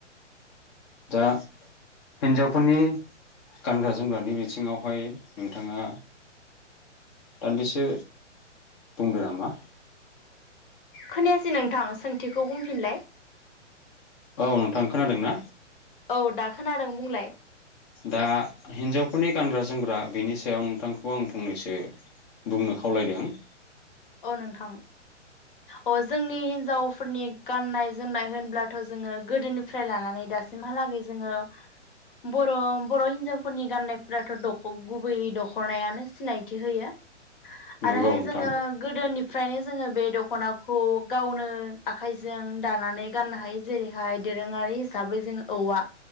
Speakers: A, on the left (about 20°); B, on the left (about 45°).
A: दा हिन्जावफोरनि गानग्रा जोमग्रानि बिथिङावहाय नोंथाङा दान्दिसो बुंदो नामा?
B: खोनायासै नोंथां सोंथिखौ बुंफिनलाय?
A: औ नोंथां खोनादों ना?
B: औ दा खोनादों बुंलाय ।
A: दा हिनजावफोरनि गानग्रा जोमग्रा बिनि सायाव नोंथांखौ आं फंनैसो बुंनो खावलायदों ।
B: अ नोंथां अ जोंनि हिनजाव फोरनि गाननाय जोमनाय होनब्ला थ' जोङो गोदोनिफ्राय लानानै दासिमहालागै जोङो बर' बर' हिनजावफोरनि गाननायफोराथ' गुबैयै दख'नायानो सिनायथि होयो ।
A: नंगौ
B: आरोहाय
A: नोंथां
B: जोङो गो गोदोनिफ्रायनो जोङो बे दख'नाखौ गावनो आखाइजों दानानै गाननो हायो जेरैहाय दोरोङारि हिसाबै जों औवा,